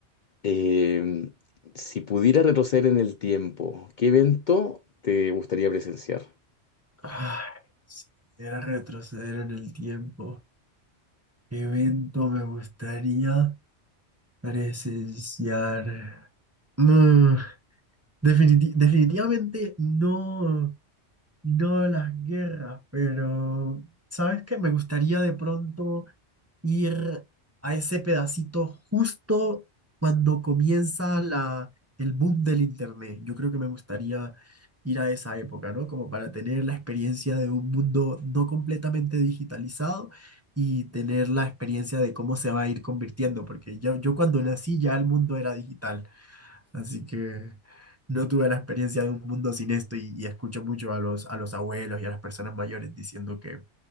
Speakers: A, on the left; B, on the right.
A: Em, si pudiera retroceder en el tiempo, ¿qué evento te gustaría presenciar?
B: Ay, si pudiera retroceder en el tiempo, ¿qué evento me gustaría? Pareces Yar. Mm, definiti- definitivamente no, no las guerras, pero ¿sabes qué? Me gustaría de pronto ir a ese pedacito justo cuando comienza la, el boom del internet. Yo creo que me gustaría ir a esa época, ¿no? Como para tener la experiencia de un mundo no completamente digitalizado y tener la experiencia de cómo se va a ir convirtiendo, porque yo, yo cuando nací ya el mundo era digital, así que... No tuve la experiencia de un mundo sin esto y, y escucho mucho a los, a los abuelos y a las personas mayores diciendo que,